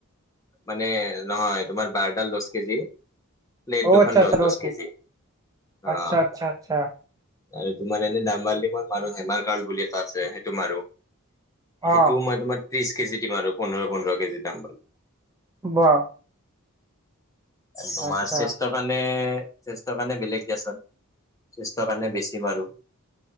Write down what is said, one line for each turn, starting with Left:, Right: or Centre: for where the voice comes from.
Left: মানে নহয় তোমাৰ বাৰডাল দচ কেজি। প্লেট
Right: অ
Left: দুখন
Right: আচ্ছা আচ্ছা
Left: দচ
Right: দহ
Left: দচ কেজি অ'।
Right: আচ্ছা আচ্ছা আচ্ছা
Left: আৰু তোমাৰ এনে দাম্বাল দি মই মাৰো হেমাৰ কড বুলি এটা আছে সেইটো মাৰো। সেইটো
Right: অ
Left: মই তোমাৰ ত্ৰিশ কেজি দি মাৰো আৰু পোন্ধৰ পোন্ধৰ কেজি দাম্বেল।
Right: ৱা
Left: তোমাৰ
Right: আচ্ছা
Left: শ্ৰেষ্ঠ কাৰণে শ্ৰেষ্ঠ কাৰণে বেলেগ দিয়াচোন। স্টেৰ কাৰণে বেছি মাৰো।